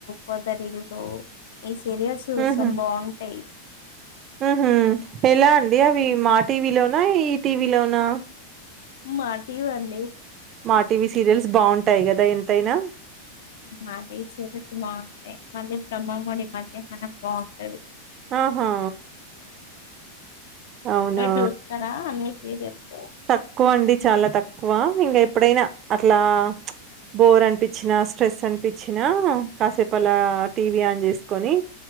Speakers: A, on the left (about 55°); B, on the right (about 30°).
A: పొదరిల్లు ఈ సీరియల్స్ చూస్తాం
B: ఉహు
A: బాగుంటాయి
B: ఉహు ఎలా అండి అవి మా టీవలోనా ఈ టీవీ లోనా
A: మా తీవ్వండి
B: మా టీవీ సీరియల్స్ బాగుంటాయి కదా ఎంతైనా
A: మా టీవీ సీరియల్స్ బాగుంటాయి మళ్ళీ బ్రహ్మమడి మధ్యాహ్నం బాగుంటది
B: ఆహా అవునా
A: ఆ చూస్తారా అన్ని ఏదిస్త
B: తక్కువ అండి చాలా తక్కువ ఇంకా ఎప్పుడైనా అట్లా బోర్ అనిపించిన స్ట్రెస్ అనిపించినా కాసేపు అలా టీవీ ఆన్ చేసుకొని